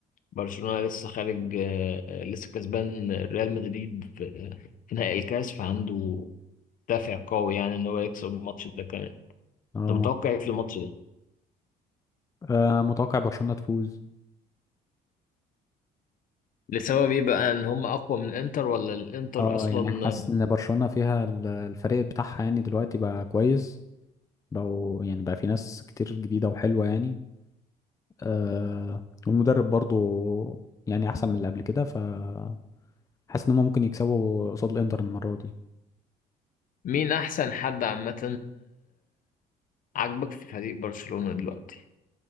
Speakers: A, on the left; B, on the left.
A: برشلونة لسه خارج آه لسه كسبان ريال مدريد في في نهائي الكاس فعنده دافع قوي يعني إن هو يكسب الماتش ده كمان
B: اه
A: أنت متوقع إيه في الماتش ده؟
B: آه، متوقع برشلونة تفوز
A: لسبب إيه بقى إن هم أقوى من الإنتر ولا الإنتر
B: اه
A: أصلا
B: يعني حاسس ان برشلونة فيها ال- الفريق بتاعها يعني دلوقتي بقى كويس بقوا يعني بقى في ناس كتير جديدة وحلوة يعني آه والمدرب برضو يعني احسن من اللي قبل كده فحاسس ان هم ممكن يكسبوا قصاد الانتر المرة دي
A: مين أحسن حد عامة عاجبك في فريق برشلونة دلوقتي